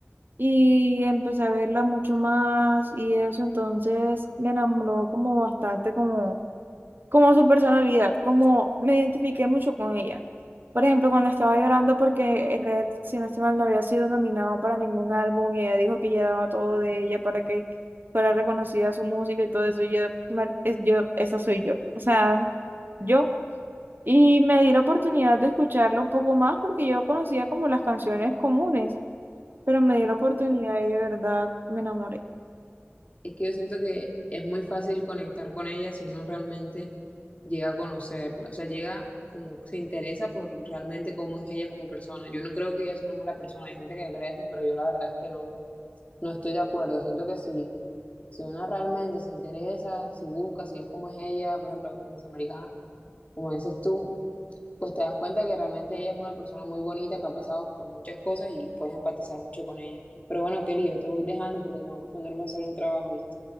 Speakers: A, on the right; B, on the left.
A: y empecé a verla mucho más y eso, entonces me enamoró como bastante, como como su personalidad, como me identifiqué mucho con ella. Por ejemplo, cuando estaba llorando porque Red, si no estoy mal, no había sido nominado para ningún álbum y ella dijo que ella daba todo de ella para que fuera reconocida su música y todo eso, yo, mar- es- yo, esa soy yo, o sea, yo. Y me di la oportunidad de escucharlo un poco más porque yo conocía como las canciones comunes, pero me di la oportunidad y de verdad me enamoré.
B: Es que yo siento que es muy fácil conectar con ella si uno realmente llega a conocerla, o sea, llega como se interesa por realmente cómo es ella como persona. Yo no creo que ella es una mala persona, hay gente que cree eso, pero yo la verdad es que no, no estoy de acuerdo. Siento que si, si uno realmente se interesa, si busca, si es como es ella, por ejemplo, Miss Americana, como dices tú, pues te das cuenta que realmente ella es una persona muy bonita que ha pasado por muchas cosas y puedes empatizar mucho con ella. Pero bueno, Kelly, yo te voy dejando porque tengo que ponerme a hacer un trabajo, ¿viste?